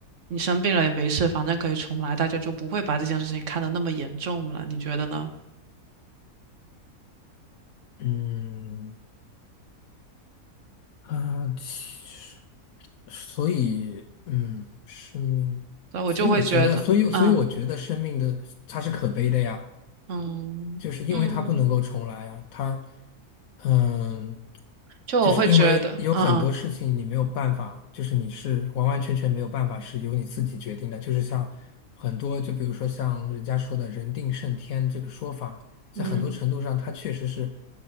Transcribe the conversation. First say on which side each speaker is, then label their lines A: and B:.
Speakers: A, on the right; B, on the left.
A: 你生病了也没事，反正可以重来，大家就不会把这件事情看得那么严重了，你觉得呢？
B: 嗯啊，其实所以嗯，生命，
A: 所以我就会觉得，
B: 所以我觉得，所以所以我觉得生命的它是可悲的呀。
A: 嗯嗯嗯，
B: 就是因为它不能够重来啊，它嗯，
A: 就我会觉得，
B: 就是因为有很多事情你没有办法，
A: 嗯
B: 就是你是完完全全没有办法是由你自己决定的，就是像很多，就比如说像人家说的“人定胜天”这个说法，在很多程度上它确实是
A: 嗯嗯